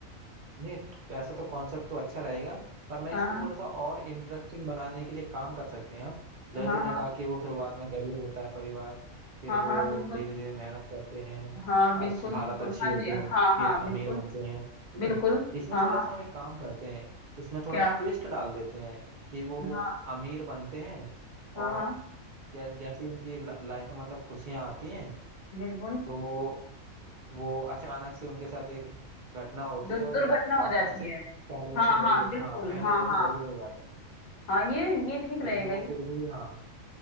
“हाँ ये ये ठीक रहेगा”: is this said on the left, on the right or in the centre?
Left